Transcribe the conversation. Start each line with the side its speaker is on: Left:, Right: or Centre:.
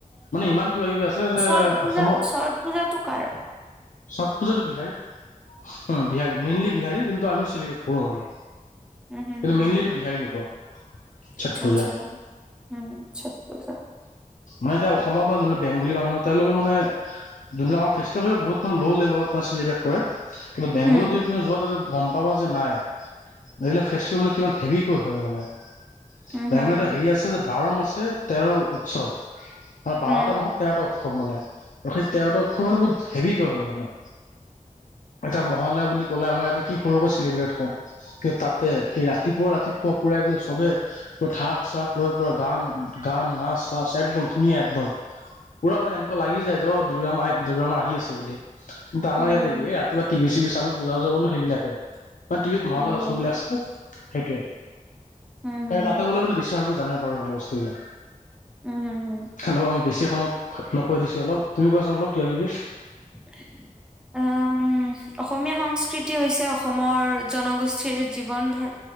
Left: মানে ইমান কিবা কিবি আছে যে
Centre: ছট পূজা
Left: অসমত
Centre: ছট পূজাটো কাৰ
Left: চঠ পূজাতো বিহাৰী উম, বিহাৰী মেইনলি বিহাৰী কিন্তু আমি চেলিব্ৰেট কৰোঁ মানে।
Centre: উম হুম
Left: কিন্তু
Centre: হুম
Left: মেইনলি এইটো বিহাৰী লোকৰ। ছট
Centre: আচ্ছা,
Left: পূজা
Centre: আচ্ছা, উম, চট পূজা।
Left: মানে এতিয়া অসমৰ বা যোনবাক বেংগলী মানুহ তেওঁলোকে মানে যোনবিলাক ফেষ্টিভেল বহুত <unintelligible> চেলিব্ৰেট কৰে, কিন্তু বেংগলত
Centre: উম
Left: যদি তুমি যোৱা তাতে গম তাৰপা কৈছোঁ নাই। এইবিলাক ফেষ্টিভেল মানে কিমান হেভিকৈ হয় মানে
Centre: উম
Left: বেংগলত
Centre: হুম
Left: এটা হেৰি আছ সেইটো যে বাৰো মাসে তেৰো উৎসব, হয় বাৰটা
Centre: উম
Left: মাহত তেৰটা উৎসৱ। উৎসৱ মানে আৰু সেই তেৰটা উৎসৱ মানে বহুত হেভিকৈ হয় মানে। এটা মহালয়া বুলি ক'লে আমাৰ ইয়াতে কি সৰুকৈ চেলিব্ৰেট হয়। কিন্তু তাতে সেই ৰাতিপুৱা-ৰাতিপুৱা পুৰা একদম চবেই। পুৰা ঢাক-চাক লৈ পুৰা গান, গান নাচ-চাচ একদম ধুনীয়া একদম। পুৰা মানে এনেকুৱা লাগি যায় যে ও দুৰ্গা মাই দুৰ্গা মা আহি আছোঁ বুলি, কিন্তু আমাৰ
Centre: উম
Left: ইয়াতে
Centre: হুম
Left: কি এই ইয়াত। কিবা টিভি-চিভি চালোঁ পূজা-উজা কৰিলোঁ সেইবিলাকে, কাৰণ টিভিত মহালয়া
Centre: সেইবিলাকে
Left: শ্বোবিলাক চাওঁ সেইটোৱে।
Centre: উম হুম
Left: এই তাতে গ'লে মানে বেছি ভালকৈ জানিব পাৰোঁ মানে বস্তুবিলাক।
Centre: উম হুম হুম উম
Left: খালি মই বেছি সময় ন কৈ দিছোঁ অলপ, তুমি কোৱাচোন অলপ কিবা-কিবি?
Centre: এ',। অ', -উম', অসমীয়া সংস্কৃতি হৈছে অসমৰ জনগোষ্ঠীৰ জীৱন ধাৰ